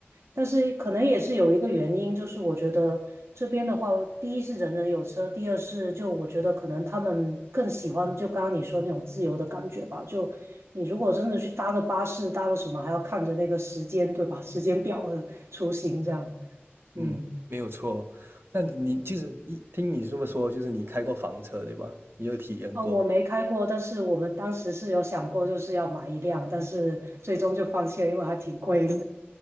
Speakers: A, on the right; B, on the right.
A: 但是可能也是有一个原因，就是我觉得这边的话，第一是人人有车，第二是就我觉得可能他们更喜欢就刚刚你说那种自由的感觉吧，就你如果真的去搭个巴士，搭个什么，还要看着那个时间，对吧？<laughs> 时间表的出行这样。
B: 嗯，
A: 嗯，
B: 没有错。那你就是一听你这么说，就是你开过房车对吧？你有体验过，
A: 啊，我没开过，但是我们当时是有想过，就是要买一辆，但是最终就放弃了，因为还挺贵的。